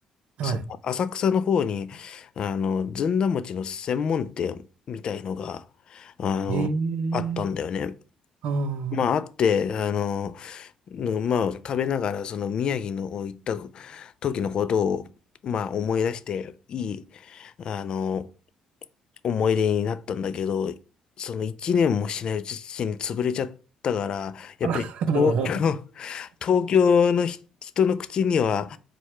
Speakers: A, on the right; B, on the left.
A: はい。
B: その浅草の方に、あの、ずんだ餅の専門店みたいのが、あの、
A: ええ
B: あったんだよね。
A: あ
B: まあ、あって、あの、うんまあ、食べながら、その宮城の行った時のことを、まあ、思い出して、いい、あの、思い出になったんだけど、その一年もしないうちに潰れちゃったから、やっぱり東京、
A: あ。あら、<laughs> も
B: <laughs> 東京のひ人の口には、